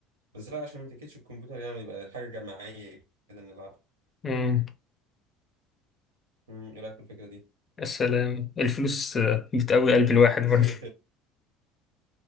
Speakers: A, on the right; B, on the left.
A: بس لا عشان ما تاكلش الكمبيوتر يعني يبقى حاجه جماعيه كده نلعبها
B: مم.
A: امم ايه رايك في الفكره دي
B: السلام الفلوس بتقوي
A: <laughs>
B: قلب الواحد برضه